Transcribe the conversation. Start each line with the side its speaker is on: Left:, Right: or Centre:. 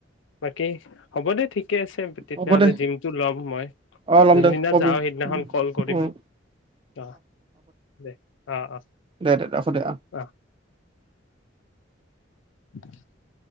Left: বাকী হ'ব দে ঠিক ঠিকে আছে তেতিয়াহ'লে
Right: হ'ব দে
Left: জিমটো ল'ম মই
Right: অ ল'ম
Left: যোনদিনা
Right: দে কবি
Left: যাওঁ সেইদিনাখন কল কৰিম
Right: উম
Left: অ দে অ অ
Right: দে দে ৰাখো দে
Left: অ উ